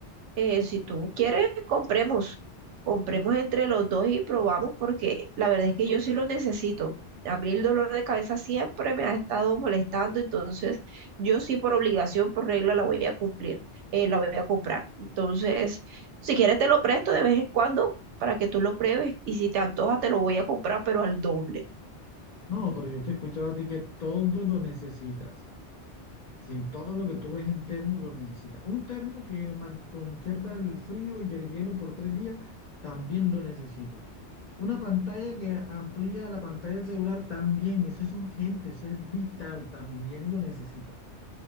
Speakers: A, on the right (about 85°); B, on the left (about 45°).
A: Eh, si tú quieres, compremos. Compremos entre los dos y probamos porque la verdad es que yo sí lo necesito. A mí el dolor de cabeza siempre me ha estado molestando, entonces yo sí por obligación, por regla, la voy a cumplir, eh, la voy a comprar. Entonces, si quieres te lo presto de vez en cuando para que tú lo pruebes y si te antoja te lo voy a comprar, pero al doble.
B: No, pero yo te escuchaba a ti que todo lo necesitas. Sí, todo lo que tú ves en termo lo necesitas. Un termo que man- conserva el frío y el hielo por tres días, también lo necesito. Una pantalla que amplía la pantalla del celular, también. Eso es urgente, eso es vital, también lo necesito.